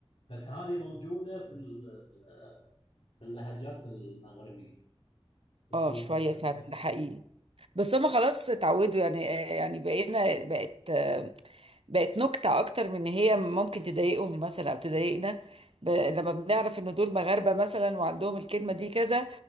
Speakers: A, on the left; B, on the right.
A: بس هذه موجودة في ال- في اللهجات المغربية في
B: اه
A: تونس
B: شوية
A: الجزائر
B: فعلا ده حقيقي بس هما خلاص اتعودوا يعني يعني بقينا بقت بقت نكتة أكتر من إن هي ممكن تضايقهم مثلا أو تضايقنا ب... لما بنعرف إن دول مغاربة مثلا وعندهم الكلمة دي كذا